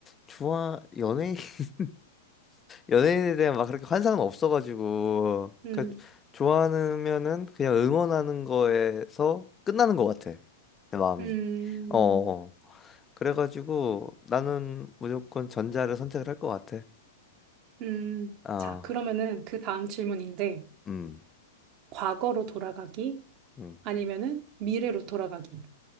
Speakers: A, on the left; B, on the right.
A: 좋아 연예인 <laughs> 연예인에 대한 막 그렇게 환상은 없어가지고
B: 음,
A: 그 좋아하면은 그냥 응원하는 거에서 끝나는 것 같아 내 마음이.
B: 음.
A: 어, 어. 그래가지고 나는 무조건 전자를 선택을 할 것 같아.
B: 음,
A: 아,
B: 자, 그러면은 그 다음 질문인데,
A: 음,
B: 과거로 돌아가기,
A: 음.
B: 아니면은 미래로 돌아가기.